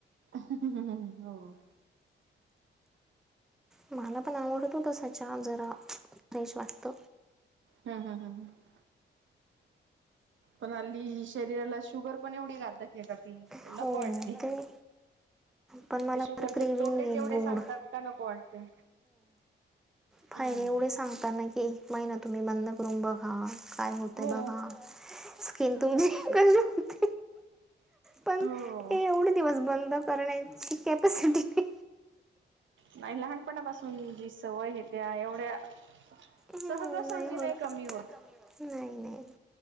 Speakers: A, on the right (about 75°); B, in the centre.
A: हो.
B: मला पण आवडत होतसाच्या जरा फ्रेश वाटत.
A: हम् हम हम ह पण अली शरीराला शुगर पण एवढी घात का ती क
B: हो
A: न कवाटती.
B: ते पण मला
A: ते शुगरचे
B: फार क्रेविंग
A: तोटेच
B: आहे
A: एवढे
B: गोड
A: सांगतात का नको वाटते.
B: फायर
A: हम्म.
B: एवढे सांगताना की महि ना तुम्ही बंद करून बघा काय होतय
A: हो
B: बघा <unintelligible> पण
A: हो
B: ए एवढे दिवस बंद करण्याची कॅपॅसिटी
A: नाही लहानपणापासून जी सवय आहे त्या एवढ्या
B: हम्म,
A: सहज सजी
B: होत
A: नाही कमी होत.
B: नाही नाही.